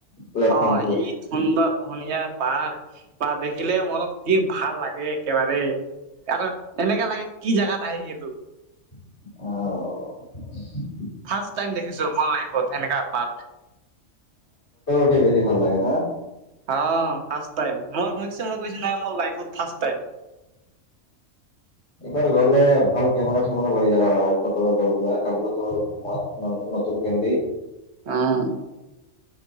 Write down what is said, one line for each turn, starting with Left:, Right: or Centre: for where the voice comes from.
Left: প্লেটফৰ্মটোৰ
Right: অঁ এই ধন্দ শুনিয়া ৰ্পাক বা দেখিলে মনত কি ভাল লাগে একেবাৰে কাৰ এনেকাে লাগে কি জেগাত আহি সটো
Left: আঁহ
Right: ফাৰ্ষ টাইম দেখিছো মন লাইফত সেনেকা পাৰ্ক।
Left: বছি ভাল লাগে ন
Right: অ ফাৰ্ষ্ট টাইম মই গৈছো মই গৈছো নাই মোৰ বায়েকত ফাৰ্ষ্ট
Left: এইবাৰ গলে ভাল কেমেৰা চমেৰা লৈ যাবা আৰু ফটো চটো উঠিবা খাব নতুন কে
Right: আহ